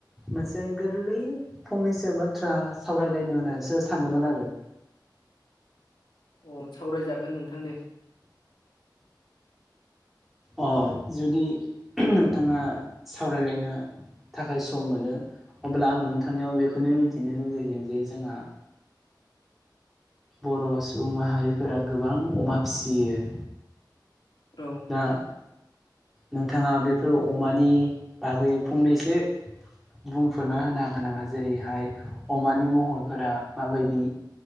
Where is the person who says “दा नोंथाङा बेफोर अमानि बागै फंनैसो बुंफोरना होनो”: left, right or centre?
Centre